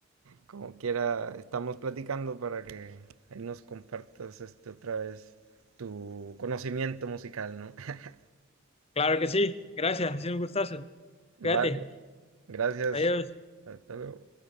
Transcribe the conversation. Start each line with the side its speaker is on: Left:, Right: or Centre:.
Right: Como quiera, estamos platicando para que ahí nos compartas este otra vez tu conocimiento musical, ¿no? <laughs>
Left: Claro que sí, gracias, ha sido un gustazo.
Right: Vale,
Left: Cuídate,
Right: gracias.
Left: adiós.
Right: Hasta luego.